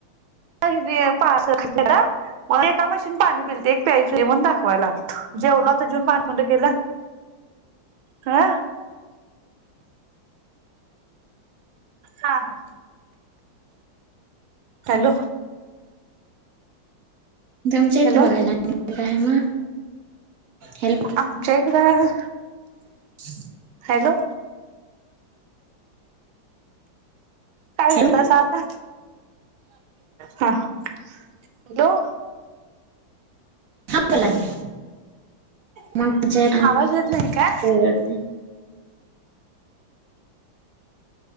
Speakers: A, on the right; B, on the right.
A: <unintelligible> मग एका मशीन पाणी पिलती एक प्यायची म्हणून दाखवायला आलतो. जेवला आता जेवून भांडकुंड केलं हा हा हा हॅलो
B: तुमच्या इथं
A: हॅलो.
B: बघायला आणि काय मग हॅलो
A: आमच्या इकडं
B: <unintelligible>
A: हॅलो काय
B: हॅलो
A: करतस आता हा हॅलो
B: हा कलाली मग जे
A: आवाज
B: <unintelligible>
A: येत नाही काय?